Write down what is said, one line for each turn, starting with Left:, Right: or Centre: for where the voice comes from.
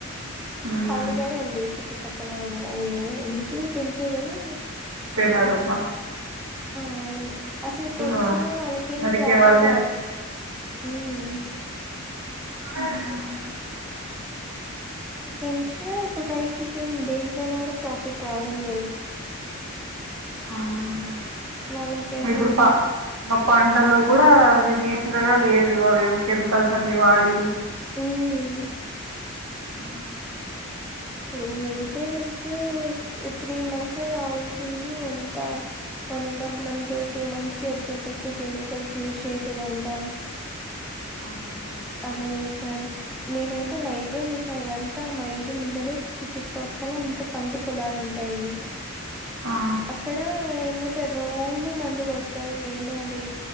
Right: మ్మ్
Centre: ఖాళీగానే ఉంది చుట్టుపక్కల ఇంగా ఎందుకులే పెంచేదిని
Right: నా రొబ
Centre: అవును అసలు పెంచినా
Right: ఆ
Centre: వాళ్ళకేం
Right: నరికే
Centre: ప్రాఫిట్
Right: వాళ్ళే
Centre: రావ ఉమ్
Right: <inaudible>
Centre: పెంచినా ఇప్పుడు రైతులకి ఏం దేనిపైన కూడా ప్రాఫిట్ రావడం లేదు
Right: అవునండి
Centre: వాళ్ళకి
Right: మీ
Centre: అసలు
Right: ఇప్పుడు
Centre: హోప్
Right: మా పంటల్లో కూ డా అవి నేచురల్ గా లేదు అవివో కెమికల్స్ అన్ని వాడి
Centre: ఉమ్
Right: ఉ
Centre: ఇప్పుడు వెజిటేబుల్స్ త్రీ మంత్స్ రావాల్సింది ఎంత one and half month two months కి వచ్చేటట్టు కెమికల్స్ యూజ్ చేసేదంట
Right: అవునవును
Centre: అట్లా చేస్తారు నేనైతే లైవ్ గా చూసిన ఇవంతా మా ఇంటి ముందనే చుట్టుప పక్కళ అంత పంట పొలాలు ఉంటాయి
Right: ఆ
Centre: అక్కడ ఏం చేసారు రోజు రోజు మందు కొడతారు ఏందో అది